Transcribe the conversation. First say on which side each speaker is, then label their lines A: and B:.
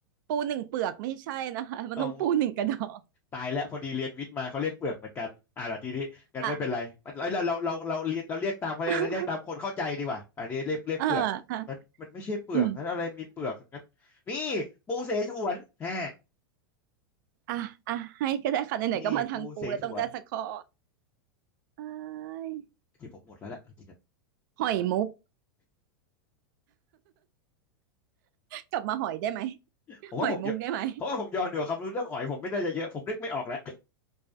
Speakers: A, on the right; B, on the left.
A: ปูหนึ่งเปลือกไม่ใช่นะคะมันต้องปูหนึ่งกระดอง
B: อ๋อตายแล้วพอดีเรียนวิทย์มาเขาเรียกเปลือกเหมือนกันอ่าล่ะทีนี้งั้นไม่เป็นไรมันเราเราเราเราเรียกเราเรียกตามเขาเรยนะเรียกตามคนเข้าใจดีกว่าอันนี้เรียกเรียกเปลือกมันมันไม่ใช่เปลือกงั้นอะไรมีเปลือกงั้นนี่
A: อ่ะ <laughs> เอออ่ะอืม
B: ปูเสฉวนแหม
A: <laughs> อ่ะอ่ะให้ก็ได้ค่ะไหนๆก็มาทางปูแล้วต้องได้สักข้อ
B: นี่ปูเสฉวน
A: เอ้ย
B: ที่ผมหมดแล้วแหละจริงๆ
A: หอยมุกกลับมาหอยได้ไหม
B: ผมว่าผมเยอะเพราะว่าผมย้อนดูความรู้เรื่องหอยผมไม่น่าจะเยอะผมนึกไม่ออกแล้ว
A: หอยมุกได้ไหม